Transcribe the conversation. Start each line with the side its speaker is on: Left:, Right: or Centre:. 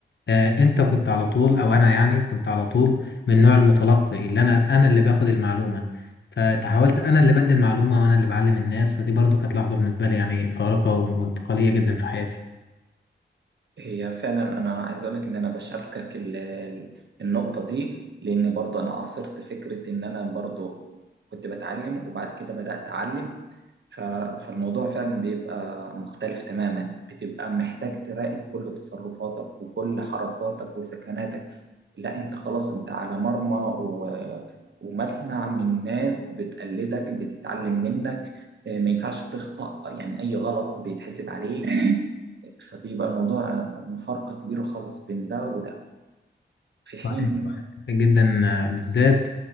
Left: آه، انت كنت على طول او انا يعني كنت على طول من نوع المتلقي اللي انا انا اللي باخد المعلومه فتحاولت انا اللي بدي المعلومه وانا اللي بعلم الناس فدي برضو كانت لحظه بالنسبه لي يعني فارقه وانتقاليه جدا في حياتي
Right: هي فعلا انا عايز اقول لك ان انا بشاركك ال- ال- النقطه دي لان برضو انا عاصرت فكره ان انا برضو كنت بتعلم وبعد كده بدات اعلم ف- فالموضوع فعلا بيبقى مختلف تماما بتبقى محتاج تراقب كل تصرفاتك وكل حركاتك وسكناتك لا انت خلاص انت على مرمى و- ومسمع من ناس بتقلدك بتتعلم منك آه، ما ينفعش تخطأ يعني اي غلط بيتحسب عليك فبيبقى الموضوع مفارقة كبيرة خالص بين ده وده في حين
Left: صحيح جدا آه، بالذات